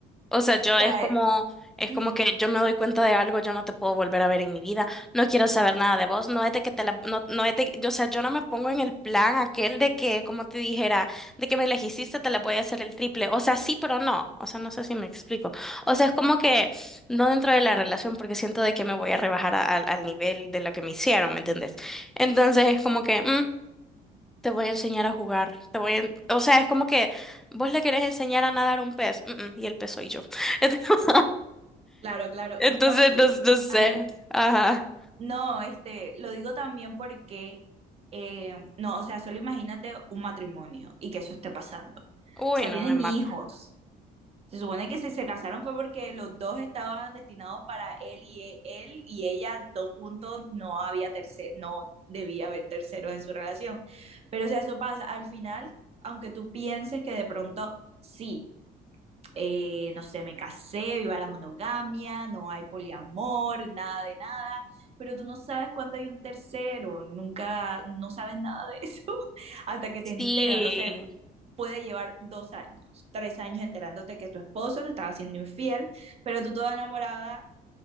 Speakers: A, in the centre; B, on the right.
A: O sea, yo
B: sea,
A: es como,
B: eh,
A: es
B: ujú,
A: como que yo me doy cuenta de algo, yo no te puedo volver a ver en mi vida, no quiero saber nada de vos, no es de que te la, no, no es de, yo, o sea, yo no me pongo en el plan aquel de que, como te dijera, de que me elegiste, te la voy a hacer el triple, o sea, sí, pero no, o sea, no sé si me explico, o sea, es como que no dentro de la relación porque siento de que me voy a rebajar a- al al nivel de lo que me hicieron, ¿me entendés? Entonces es como que, mm, te voy a enseñar a jugar, te voy a, en- o sea, es como que vos le querés enseñar a nadar un pez, mm, mm, y el pez soy yo. <laughs>
B: claro, claro.
A: Entonces,
B: No, y,
A: no, no sé.
B: ajá.
A: Ajá.
B: No, este, lo digo también porque, eh, no, o sea, solo imagínate un matrimonio y que eso esté pasando. O
A: Uy,
B: sea,
A: no,
B: tienen
A: me mata.
B: hijos. Se supone que si se casaron fue porque los dos estaban destinados para él y e- él y ella, dos juntos, no había tercer, no debía haber terceros en su relación. Pero o sea, eso pasa. Al final, aunque tú pienses que de pronto sí eh, no sé, me casé, viva la monogamia, no hay poliamor, nada de nada, pero tú no sabes cuándo hay un tercero, nunca, no sabes nada de eso <laughs> hasta que te
A: Sí.
B: enteras, no sé, puede llevar dos años, tres años enterándote que tu esposo te estaba haciendo infiel, pero tú toda enamorada,